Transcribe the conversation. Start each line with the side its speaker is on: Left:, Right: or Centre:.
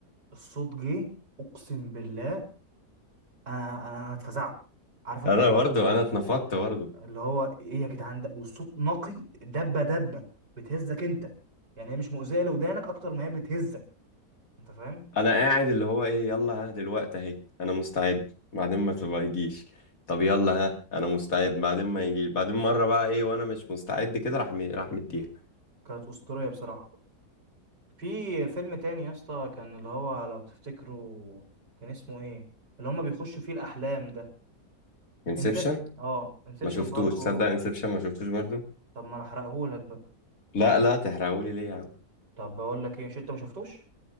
Right: الصوت جه اقسم بالله انا انا أنا اتفزعت عارف انت
Left: انا
Right: اللي
Left: برضه
Right: هو
Left: انا اتنفضت برضه
Right: اللي هو ايه يا جدعان ده والصوت نقي دبه دبه بتهزك انت يعني هي مش مؤذيه لودانك اكتر ما هي بتهزك انت فاهم
Left: انا قاعد اللي هو ايه يلا ها دلوقتي اهي انا مستعد بعدين ما تبقى يجيش طب يلا ها انا مستعد بعدين ما يجي بعدين مره بقى ايه وانا مش مستعد كده راح مي- راح مديها
Right: كانت اسطوريه بصراحه في فيلم تاني يا اسطى كان اللي هو لو تفتكروا كان اسمه ايه اللي هما بيخشوا فيه الاحلام ده
Left: انسبشن
Right: انسبشن اه انسبشن
Left: ما شفتوش
Right: برضه
Left: تصدق انسبشن ما شفتوش برضه.
Right: طب ما انا احرقهولك بقى
Left: لا لا تحرقهولي ليه يا عم
Right: طب بقول لك ايه مش انت ما شفتوش